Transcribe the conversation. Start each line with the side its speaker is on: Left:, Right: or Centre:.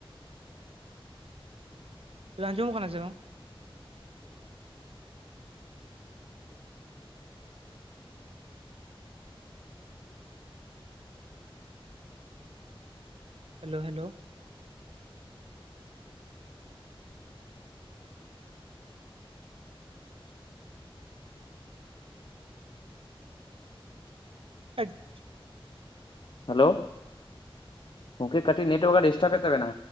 Right: ᱟᱧᱡᱚᱢᱜ ᱠᱟᱱᱟ ᱥᱮ ᱵᱟᱝ? ᱦᱮᱞᱳ ᱦᱮᱞᱳ <unintelligible>
Left: ᱦᱮᱞᱳ ᱜᱚᱢᱠᱮ ᱠᱟᱹᱴᱤᱡ ᱱᱮᱴ ᱚᱣᱟᱨᱠ ᱰᱤᱥᱴᱟᱵᱮᱫ ᱛᱟᱵᱮᱱᱟ